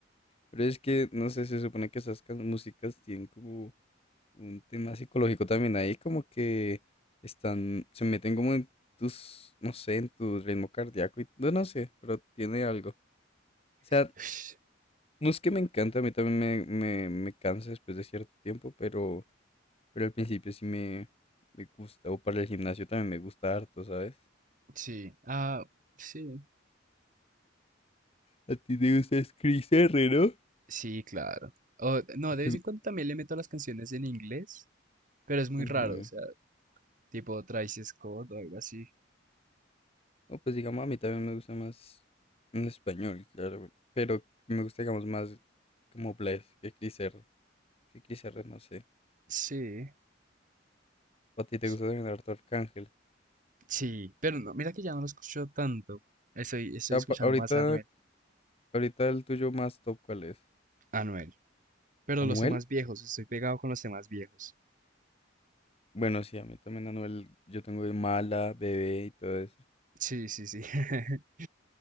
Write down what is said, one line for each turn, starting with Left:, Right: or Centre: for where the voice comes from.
Left: Pero es que, no sé, se supone que esas can- músicas tienen como un tema psicológico también ahí, como que están, se meten como en tus, no sé, en tu ritmo cardíaco y, no, no sé, pero tiene algo. O sea,
Right: <sniffs>
Left: No es que me encanta a mí también me, me, me cansa después de cierto tiempo, pero, pero al principio sí me, me gusta. O para el gimnasio también me gusta harto, ¿sabes?
Right: Sí, ah, sí,
Left: A ti te gusta es Chris R, ¿no?
Right: Sí, claro. O, no,
Left: <laughs>
Right: de vez en cuando también le meto las canciones en inglés, pero es muy
Left: Ujú.
Right: raro, o sea, tipo Travis Scott o algo así.
Left: No, pues digamos, a mí también me gusta más en español, claro. Pero me gusta, digamos, más como Blaze que Chris R. Que Chris R, no sé.
Right: Sí,
Left: ¿O a ti te
Right: s-
Left: gusta también harto Arcángel?
Right: sí, pero no, mira que ya no lo escucho tanto. Estoy, estoy
Left: O sea,
Right: escuchando
Left: pa- ahorita,
Right: más a Anuel,
Left: ahorita el tuyo más top, ¿cuál es?
Right: Anuel, pero
Left: ¿Anuel?
Right: los temas viejos, estoy pegado con los temas viejos.
Left: Bueno, sí, a mí también Anuel, yo tengo de Mala, Bebé y todo eso.
Right: Sí, sí, sí. <laughs>